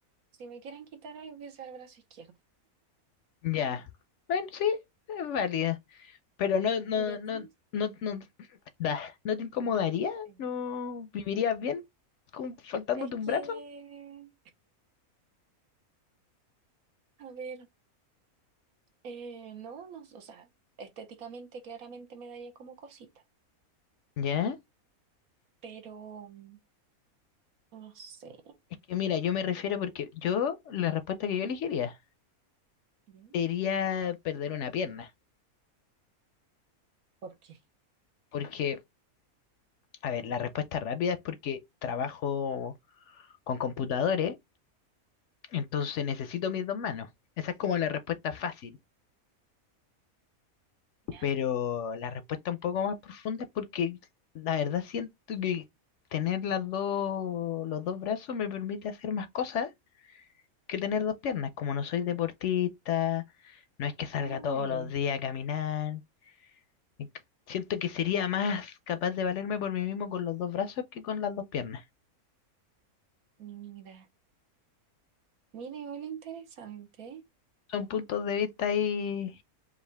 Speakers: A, on the right; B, on the left.
A: si me quieren quitar algo que sea el brazo izquierdo.
B: ya. Bueno, sí, es válida. Pero no, no,
A: ¿Y a
B: no,
A: ti?
B: no, no, te- da, ¿no te incomodaría?
A: Sí.
B: ¿No vivirías bien con, faltándote
A: Es
B: un
A: que,
B: brazo?
A: a ver, eh, no, no, o sea, estéticamente claramente me daría como cosita,
B: Ya.
A: pero mm, no sé
B: Es que mira, yo me refiero porque yo, la respuesta que yo elegiría
A: Bien.
B: sería perder una pierna.
A: por qué.
B: Porque, a ver, la respuesta rápida es porque trabajo. con computadores, entonces necesito mis dos manos. Esa es como la respuesta fácil,
A: Ya.
B: pero la respuesta un poco más profunda es porque la verdad siento que tener las dos, los dos brazos me permite hacer más cosas que tener dos piernas. Como no soy deportista, no es que salga
A: Ay,
B: todos los días a caminar. y c- Siento que sería más capaz de valerme por mí mismo con los dos brazos que con las dos piernas.
A: mira, mira, igual interesante,
B: Son puntos de vista ahí